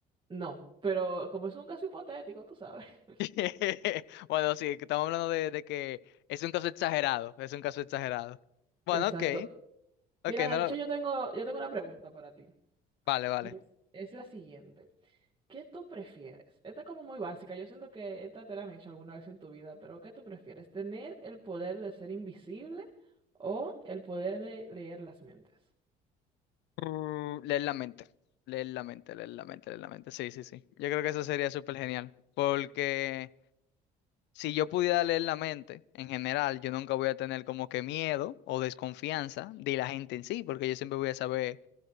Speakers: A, on the right (about 25°); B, on the left (about 70°).
A: No, pero como es un caso hipotético, tú sabes. <laughs>
B: <laughs> Bueno, sí, que estamos hablando de, de que es un caso exagerado, es un caso exagerado. Bueno,
A: Exacto.
B: ok, ok,
A: Mira, de
B: no
A: hecho
B: lo...
A: yo tengo, yo tengo una pregunta para ti,
B: Vale, vale.
A: y es, es la siguiente. ¿Qué tú prefieres? Esta es como muy básica. Yo siento que esta te la han hecho alguna vez en tu vida, pero ¿qué tú prefieres? ¿Tener el poder de ser invisible o el poder de leer las mentes?
B: Uh, leer la mente, leer la mente, leer la mente, leer la mente. Sí, sí, sí. Yo creo que eso sería súper genial. Porque si yo pudiera leer la mente, en general, yo nunca voy a tener como que miedo o desconfianza de la gente en sí, porque yo siempre voy a saber